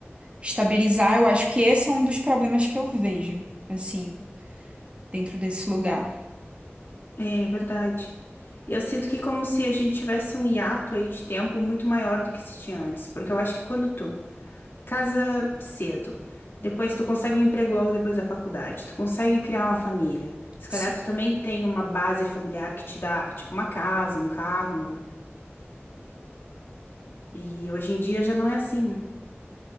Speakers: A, on the right; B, on the left.
A: estabilizar. Eu acho que esse é um dos problemas que eu vejo, assim, dentro desse lugar.
B: é verdade. Eu sinto que como se a gente tivesse um hiato aí de tempo muito maior do que se tinha antes, porque eu acho que quando tu casa cedo. Depois tu consegue um emprego logo depois da faculdade. Tu consegue criar uma família. Se
A: Sim.
B: calhar tu também tem uma base familiar que te dá, tipo, uma casa, um carro, não é? E hoje em dia já não é assim, né?